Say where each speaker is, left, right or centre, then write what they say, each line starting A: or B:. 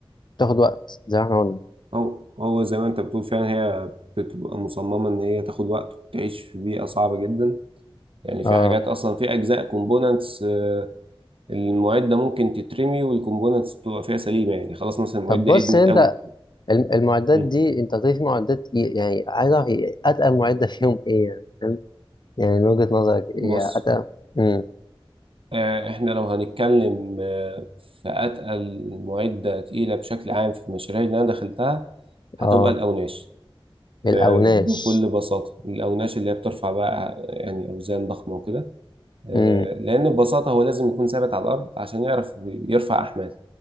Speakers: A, on the left; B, on the right.
A: بتاخد وقت زي ما احنا قلنا
B: هو هو زي ما انت بتقول فعلا هي بتبقى مصممة ان هي تاخد وقت وتعيش في بيئة صعبة جدا يعني في
A: اه
B: حاجات اصلا في اجزاء كومبوننتس المعدة ممكن تترمي والكومبوننتس تبقى فيها سليمة يعني خلاص مثلا المعدة
A: طب بص
B: ادمت
A: انت
B: قوي
A: الم- المعدات
B: مم.
A: دي انت هتلاقي في معدات ايه يعني عايز اعرف ايه اتقل معدة فيهم ايه يعني فاهم يعني من وجهة نظرك ايه
B: بص
A: يعني اتقل امم
B: آه، احنا لو هنتكلم آه، في اتقل معدة تقيلة بشكل عام في المشاريع اللي انا دخلتها هتبقى
A: اه
B: الاوناش
A: الاوناش
B: آه، بكل بساطة الاوناش اللي هي بترفع بقى يعني اوزان ضخمة وكده آه،
A: امم
B: لان ببساطه هو لازم يكون ثابت على الارض عشان يعرف يرفع احمال